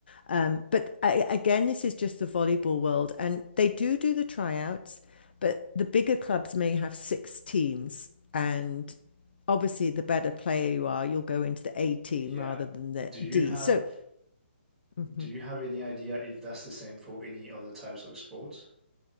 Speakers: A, on the left (about 55°); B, in the centre.
A: Um, but I, again, this is just the volleyball world, and they do do the tryouts, but the bigger clubs may have six teams, and obviously, the better player you are, you'll go into the A team
B: Yeah.
A: rather than the
B: Do you
A: D.
B: have
A: So, Mhm.
B: do you have any idea if that's the same for any other types of sports?